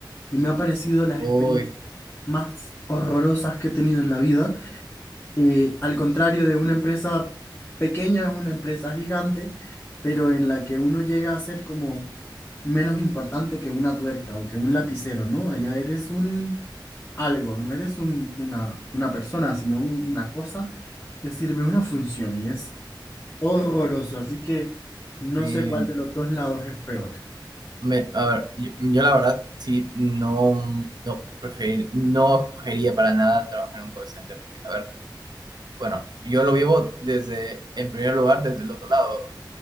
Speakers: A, on the left; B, on the right.
A: y me ha parecido las
B: uy,
A: experiencias más horrorosas que he tenido en la vida. Eh, al contrario de una empresa pequeña, es una empresa gigante, pero en la que uno llega a ser como menos importante que una tuerca o que un lapicero, ¿no? Allá eres un algo, no eres un- una, una persona, sino un- una cosa que sirve una función y es horroroso. Así que no
B: sí,
A: sé cuál de los dos lados es peor.
B: Me- a ver, yo, yo la verdad sí no, no, preferir, no escogería para nada trabajar en un call center. Porque, a ver, bueno, yo lo vivo desde, en primer lugar, desde el otro lado.